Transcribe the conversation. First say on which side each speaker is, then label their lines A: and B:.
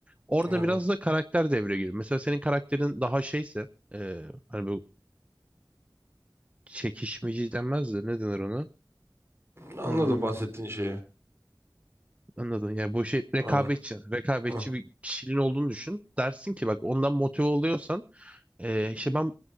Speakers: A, on the right (about 15°); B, on the right (about 30°).
A: Orada
B: Aynen.
A: biraz da karakter devreye giriyor. Mesela senin karakterin daha şeyse eee, hani bu çekişmeci denmez de ne denir ona?
B: Anladım
A: Hmm,
B: bahsettiğin şeyi.
A: anladın. Yani bu şey rekabetçi.
B: Aynen.
A: Rekabetçi
B: Hah,
A: bir kişiliğin olduğunu düşün. Dersin ki bak ondan motive oluyorsan Ee, işte ben